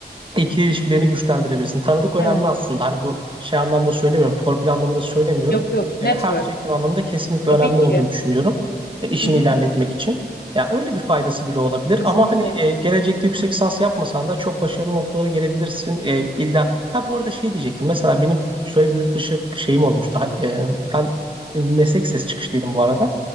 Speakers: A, on the right; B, on the left.
A: ikili ilişkilerini güçlendirebilirsin. Tanıdık önemli
B: evet.
A: aslında. Hani bu şey anlamda söylemiyorum. Torpil anlamında söylemiyorum.
B: Yok yok.
A: E,
B: Network.
A: her sektör anlamında kesinlikle
B: Tabii
A: önemli
B: ki.
A: olduğunu düşünüyorum. E, işini
B: Hı hı.
A: ilerletmek için. Ya öyle bir faydası bile olabilir
B: Kesinlikle.
A: ama hani e, gelecekte yüksek lisans yapmasan da çok başarılı noktalara gelebilirsin. E, illa ha bu arada şey diyecektim. Mesela benim şöyle bir yurt dışı şeyim olmuştu. Ha- E, ben meslek sesi çıkışlıydım bu arada.